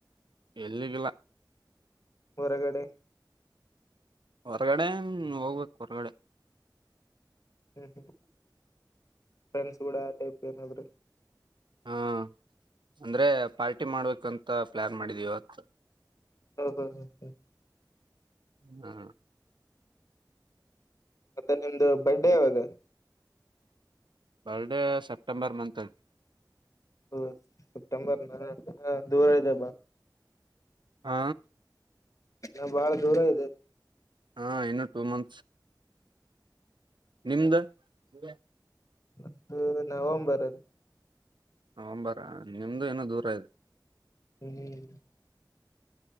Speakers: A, on the right (about 85°); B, on the left (about 45°).
A: ಎಲ್ಲಿಗಿಲ್ಲ
B: ಹೊರಗಡೆ
A: ಹೊರಗಡೆ ಹೋಗ್ಬೇಕು ಹೊರ್ಗಡೆ
B: ಹ್ಮ್ ಹ್ಮ್ ಫ್ರೆಂಡ್ಸ್ ಕೂಡ ಆ ಟೈಪ್ ಏನಾದ್ರೆ
A: ಹಾ ಅಂದ್ರೆ ಪಾರ್ಟಿ ಮಾಡ್ಬೇಕಂತ ಪ್ಲಾನ್ ಮಾಡಿದೀವಿ ಇವತ್ತು
B: ಹ ಹ ಹ ಹ್ಮ
A: ಹಾ
B: ಮತ್ತೆ ನಿಮ್ದು ಬಡ್ಡೇ ಯಾವಾಗ
A: ಬರ್ಡೇ ಸೆಪ್ಟೆಂಬರ್ ಮಂತಲ್ಲಿ
B: ಹ ಸೆಪ್ಟೆಂಬರ್ ನ ದೂರ ಇದೆ ಬಾ
A: ಹ
B: ನಾ ಬಾಳ ದೂರ ಇದೆ
A: ಹಾ ಇನ್ನು ಟೂ ಮಂತ್ಸ್ ನಿಮ್ದ ಹಾ
B: ನಂದು ನವೆಂಬರ್ ಅಲ್ಲಿ
A: ನವಂಬರ ನಿಮ್ದು ಇನ್ನ ದೂರ ಇದೆ
B: ಹ್ಮ್